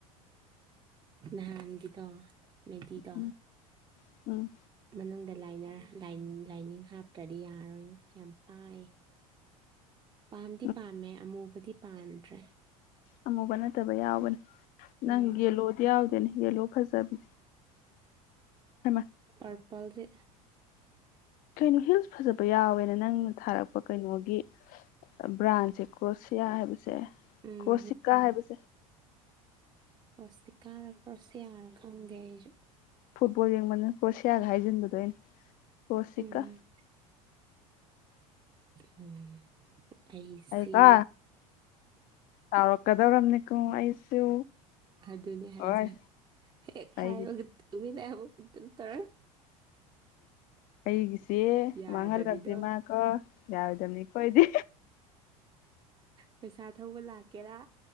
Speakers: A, on the right (about 25°); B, on the left (about 50°).
A: ꯅꯍꯥꯟꯒꯤꯗꯣ ꯃꯦꯗꯤꯗꯣ
B: ꯎꯝ ꯎꯝ
A: ꯃꯅꯨꯡꯗ ꯂꯥꯏꯅꯔ ꯂꯥꯏꯅꯤꯡ ꯂꯥꯏꯅꯤꯡ ꯍꯥꯞꯇ꯭ꯔꯗꯤ ꯌꯥꯔꯣꯏꯉꯣ ꯌꯥꯝ ꯄꯥꯏꯌꯦ ꯄꯥꯝꯗꯤ
B: ꯎꯝ
A: ꯄꯥꯝꯃꯦ ꯑꯃꯨꯕꯗꯤ ꯄꯥꯝꯗ꯭ꯔꯦ
B: ꯑꯃꯨꯕ ꯅꯠꯇꯕ ꯌꯥꯎꯕꯅꯦ ꯅꯪ
A: ꯎꯝ
B: ꯌꯦꯂꯣꯗꯤ ꯌꯥꯎꯗꯦꯅꯦ ꯌꯦꯂꯣ ꯐꯖꯕꯤ ꯍꯩꯃꯥ
A: ꯄꯔꯄꯜꯖꯦ
B: ꯀꯩꯅꯣ ꯍꯤꯜꯁ ꯐꯖꯕ ꯌꯥꯎꯋꯦꯅ ꯅꯪꯅ ꯊꯥꯔꯛꯄ ꯀꯩꯅꯣꯒꯤ ꯑ ꯕ꯭ꯔꯥꯟꯁꯦ ꯀ꯭ꯔꯣꯁꯤꯌꯥ ꯍꯥꯏꯕꯁꯦ
A: ꯎꯝ
B: ꯀ꯭ꯔꯣꯁꯤꯀꯥ ꯍꯥꯏꯕꯁꯦ
A: ꯄ꯭ꯔꯣꯁꯇꯤꯀꯥꯔꯥ ꯀ꯭ꯔꯣꯁꯤꯌꯥꯔꯥ ꯈꯪꯗꯦ ꯑꯩꯁꯨ
B: ꯐꯨꯠꯕꯣꯜ ꯌꯦꯡꯃꯟꯗꯅ ꯀ꯭ꯔꯣꯁꯤꯌꯥꯒ ꯍꯥꯏꯖꯟꯕꯗꯣ ꯑꯩꯅ ꯀ꯭ꯔꯣꯁꯤꯀꯥ
A: ꯎꯝ ꯎꯝ ꯑꯩ
B: ꯑꯩꯀꯣ
A: ꯁꯤ
B: ꯆꯥꯎꯔꯛꯀꯗꯧꯔꯝꯅꯤꯀꯣ ꯑꯩꯁꯨ
A: ꯑꯗꯨꯅꯦ ꯍꯥꯏꯁꯦ
B: ꯍꯣꯏ
A: ꯍꯦꯛ
B: ꯑꯩꯒꯤ
A: ꯍꯥꯏꯕꯒ <unintelligible>
B: ꯑꯩꯒꯤꯁꯦ
A: ꯌꯥꯗꯕꯤꯗꯣ
B: ꯃꯥꯡꯍꯜꯂꯕꯗꯤ ꯃꯥꯀꯣ ꯌꯥꯔꯣꯏꯗꯕꯅꯤꯀꯣ ꯑꯩꯗꯤ
A: ꯄꯩꯁꯥ ꯊꯧꯕ ꯂꯥꯛꯀꯦꯔꯥ